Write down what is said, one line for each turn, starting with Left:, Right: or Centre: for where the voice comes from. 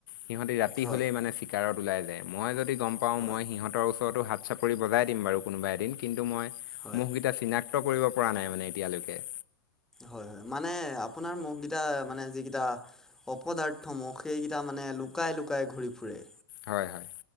Left: সিহঁতি ৰাতি
Centre: হয়
Left: হ'লেই মানে। চিকাৰত ওলাই যায় মই যদি গম পাওঁ
Centre: হয়
Left: মই সিহতৰ ওচৰতো হাত চাপৰি পৰি বজাই দিম বাৰু কোনোবা এদিন কিন্তু মই
Centre: হয়
Left: মুহকেইটা চিনাক্ত কৰিব পৰা নাই মানে এতিয়ালৈকে।
Centre: হয় হয় মানে আপোনাৰ মুহকেইটা মানে যিকেইটা। অপদাৰ্থ মহ সেইকেইটা মানে লুকাই লুকাই ঘূৰি ফুৰে।
Left: হয় হয়।